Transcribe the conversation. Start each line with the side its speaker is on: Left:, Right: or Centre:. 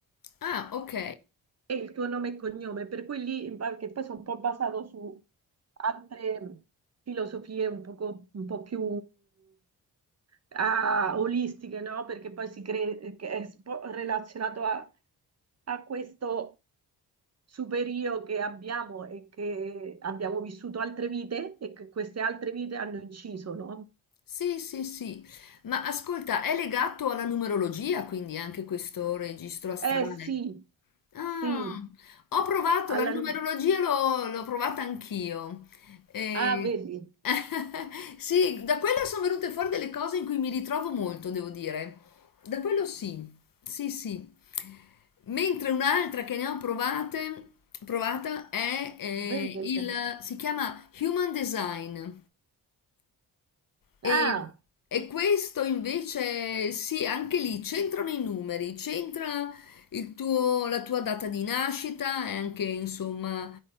Left: Ah, ok.
Right: e il tuo nome e cognome, per cui lì, in par- che poi sono un po' basato su altre filosofie un poco- un po' più ah, olistiche, no? Perché poi si cre- che è spo- relazionato a, a questo superio che abbiamo e che abbiamo vissuto altre vite e che queste altre vite hanno inciso, no?
Left: Sì, sì, sì. Ma ascolta, è legato alla numerologia, quindi anche questo registro astrale?
Right: Eh sì,
Left: Ah,
Right: sì,
Left: ho provato la
Right: alla
Left: numerologia,
Right: nu-
Left: l'ho l'ho provata anch'io. E-
Right: Ah, vedi,
Left: <laughs> Sì, da quella sono venute fuori delle cose in cui mi ritrovo molto, devo dire. Da quello sì, sì, sì. Mentre un'altra che ne ho provate, provata è eh,
Right: vedi che... inter-
Left: il, si chiama Human Design. E,
Right: Ah,
Left: e questo invece, sì, anche lì c'entrano i numeri, c'entra il tuo- la tua data di nascita e anche, insomma,